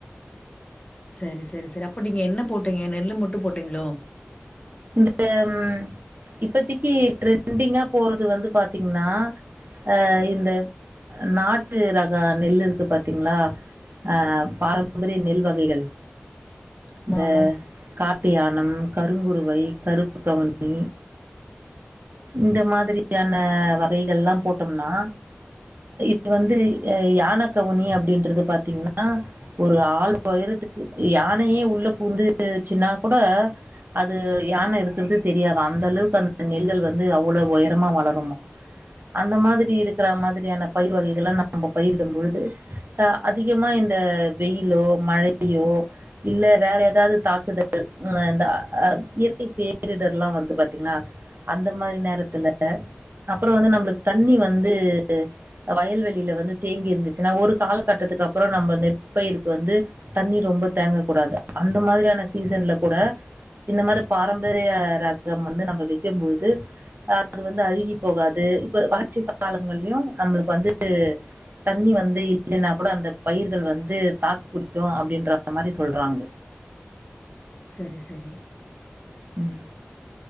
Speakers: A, on the left; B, on the right.
A: சரி சரி சரி அப் அப்ப நீங்க என்ன போட்டீங்க நெல்லு மட்டு போட்டீங்களோ
B: இந்த ம் இப்பத்திக்கு ட்ரெண்டிங்கா போறது வந்து பாத்தீங்னா ஆ இந்த நாட்டு ரக நெல் இருக்கு பாத்தீங்களா ஆ பாரம்பரிய நெல் வகைகள்
A: ஆமா,
B: இந்த
A: ஆமா.
B: கா ப்டியா நம் கருங்குரு வை கருப்பு கவுனி இந்த மாதிரியான வகைகள்லா போட்டோம்னா இ இது வந்து ஆ யான கவுனி அப்டின்றது பாத்தீங்கன்னா ஒரு ஆளு ஒயரத்துக்கு யானையே உள்ள பூந்துச்சுன்னா கூட அ து யான இருக்குறது தெரியாதா அந்த அளவுக்கு அந்த நெல்கள் வந்து அவ்வளவு ஒயரமா வளருமா. அந்த மாதிரி இருக்கிற மாதிரியான பயிர் வகைகள்லா நம்ம பயிரிடும் பொழுது ஆ அதிகமா இந்த வெயிலோ மழையோ இல்ல வேற ஏதாவது தாக்குதல் நம்ம இந்த ஆ இயற்கை பேரிடர்லா வந்து பாத்தீங்னா அந்த மாரி நேரத்துல அப்புறோ வந்து நம்மளுக்கு தண்ணி வந்து அ வயல்வெளியில வந்து தேங்கி இருந்துச்சுன்னா ஒரு காலகட்டத்துக்கு அப்புறோ நம்ம நெற்பயிருக்கு வந்து தண்ணி ரொம்ப தேங்கக் கூடாது அந்த மாதிரியான சீசன்ல கூட இந்த மாரி பாரம்பரிய ரகம் வந்து நம்ம வைக்கும் பொழுது அது வந்து அழுகி போகாது இப்ப வறட்சி காலங்கள்லயு நம்மளுக்கு வந்து தண்ணி வந்து இல்லன்னா கூட அந்த பயிர்கள் வந்து தாக்கு புடிக்கு அப்டின்ற மாரி சொல்றாங்க
A: சரி சரி
B: ம்